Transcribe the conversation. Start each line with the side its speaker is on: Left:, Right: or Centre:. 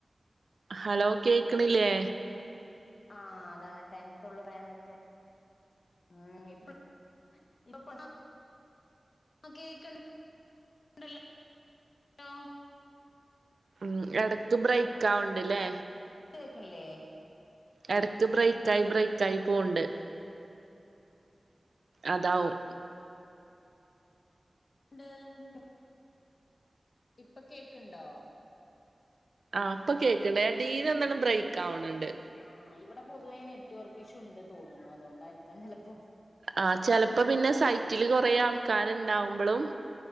Right: ഹലോ കേക്ണില്ലേ
Left: ആഹ് അതാണ് ടെൻത്തോള്ളു പറയാൻ പറ്റ ഉം <unintelligible> ആഹ് കേക് ണ്ട ല്ലോ
Right: ഉം എടക്ക് ബ്രേക്ക് ആവ്ണ്ട്ല്ലെ?
Left: കേക്ൺല്ലേ?
Right: എടക്ക് ബ്രേറ്റായി ബ്രേറ്റായി പോവ്ണ്ട് അതാവും
Left: ഉണ്ട്. ഇപ്പ കേക്ക്ണ്ടോ?
Right: ആ ഇപ്പൊ കേക്ക്ണ്ട്. എടേൽ ഒന്നണ്ട് ബ്രേക്കാവ്ണ് ണ്ട്.
Left: ആഹ് ഇവിടെ പൊതുവേ നെറ്റ് വർക്ക് ഇഷ്യൂ ഉണ്ട് തോന്നുണു. അതോണ്ടായിരിക്കാം ചെലപ്പോ.
Right: ആഹ് ചെലപ്പോ പിന്നെ സൈറ്റില് കൊറേ ആൾക്കാര് ഇണ്ടാവുമ്പളും